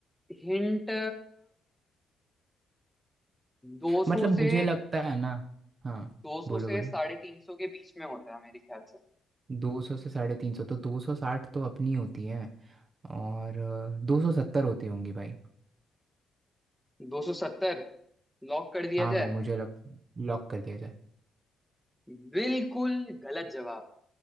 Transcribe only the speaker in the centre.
हिंट दो सौ
से
दो सौ
से
साढ़े तीन सौ के बीच में होता है मेरे ख्याल से
दो सौ सत्तर लॉक कर दिया
जाए
बिल्कुल गलत जवाब